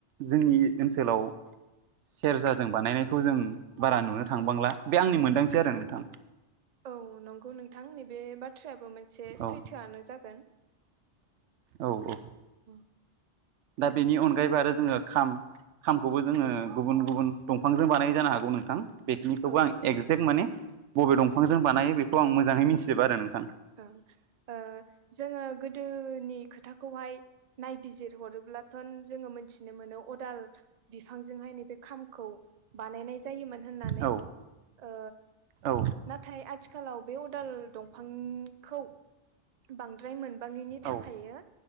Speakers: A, on the right; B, on the right.
A: जोंनि ओनसोलाव <unintelligible> सेरजाजों बानायनायखौ जों बारा नुनो थांबांला बे आंनि मोन्दांथि आरो नोंथां
B: औ नंगौ नोंथां नैबे बाथ्रायाबो मोनसे
A: औ
B: सैथोआनो जागोन
A: औ औ
B: औ
A: दा बेनि अनगायैबो आरो जोङो खाम खामखौबो जोङो
B: औ
A: गुबुन गुबुन दंफांजों बानाय जानो हागौ नोंथां बेखिनिखौबो
B: ओं
A: आं एगजेक्ट माने बबे दंफांजों बानायो बेखौ आं मोजाङै मिथिजोबा आरो नोंथां
B: ओं ओ जोङो गोदोनि खोथाखौहाय नायबिजिर हरोब्लाथ' जोङो मिथिनो मोनो अदाल बिफांजोंहाय नैबे खामखौ बानायनाय जायोमोन होननानै
A: औ
B: ओ
A: औ
B: नाथाय आथिखालाव बे अदाल दंफां खौ बांद्राय मोनबाङैनि
A: औ
B: थाखायो